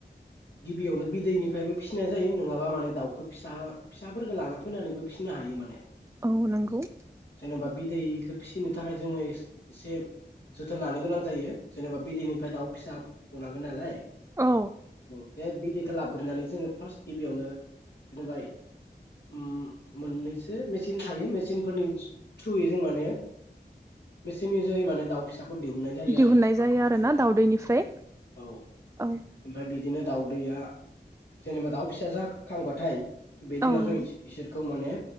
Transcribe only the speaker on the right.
औ नंगौ ।
औ
दिहुननाय
जायो आरोना दाउदैनिफ्राय
औ
औ
नंगौ